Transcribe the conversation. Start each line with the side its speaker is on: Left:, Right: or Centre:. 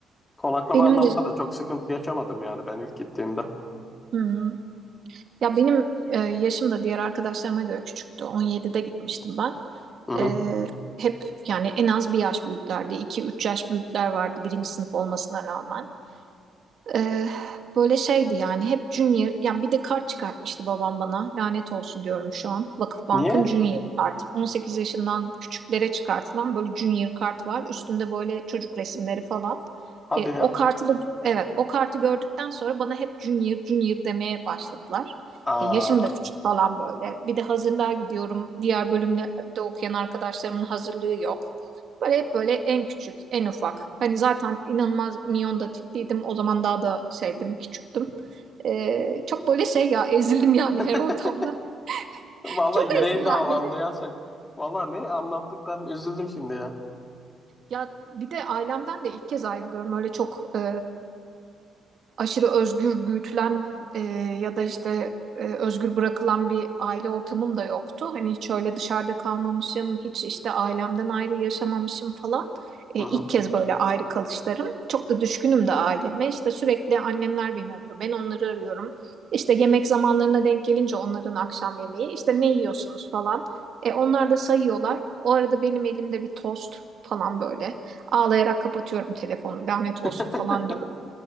Left: Konaklama
Right: Benim
Left: anlamında
Right: de.
Left: da çok sıkıntı yaşamadım yani ben ilk gittiğimde.
Right: Hı hı. Ya benim e, yaşım da diğer arkadaşlarıma göre küçüktü. 17'de gitmiştim ben.
Left: Hı hı.
Right: E, hep yani en az bir yaş büyüklerdi. 2 üç yaş büyükler vardı birinci sınıf olmasına rağmen. Ee, böyle şeydi yani hep Junior yani bir de kart çıkartmıştı babam bana lanet olsun diyorum şu an Vakıfbank'ın
Left: Niye?
Right: Junior kartı 18 yaşından küçüklere çıkartılan böyle Junior kart var üstünde böyle çocuk resimleri falan
Left: Hadi
Right: Ee,
Left: ya.
Right: o kartı da evet o kartı gördükten sonra bana hep Junior Junior demeye başladılar
Left: Aa.
Right: Ee, yaşım da küçük falan böyle bir de hazırlığa gidiyorum diğer bölümlerde okuyan arkadaşlarımın hazırlığı yok Böyle hep böyle en küçük, en ufak. Hani zaten inanılmaz minyon da tipliydim. O zaman daha da şeydim, küçüktüm. Ee, çok böyle şey ya ezildim yani
Left: <laughs>
Right: her ortamda.
Left: Vallahi
Right: <laughs> Çok
Left: yüreğim
Right: ezdiler
Left: dağlandı
Right: beni.
Left: ya sen. Vallahi ne anlattıkların üzüldüm şimdi ya.
Right: Ya bir de ailemden de ilk kez ayrılıyorum. Öyle çok e, aşırı özgür büyütülen e, ya da işte e, özgür bırakılan bir aile ortamım da yoktu. Hani hiç öyle dışarıda kalmamışım, hiç işte ailemden ayrı yaşamamışım falan. E,
Left: Hı hı.
Right: ilk kez böyle ayrı kalışlarım. Çok da düşkünüm de aileme. İşte sürekli annemler beni arıyor. Ben onları arıyorum. İşte yemek zamanlarına denk gelince onların akşam yemeği. işte ne yiyorsunuz falan. E, onlar da sayıyorlar. O arada benim elimde bir tost falan böyle. Ağlayarak kapatıyorum telefonu. Lanet
Left: <laughs>
Right: olsun falan diyorum.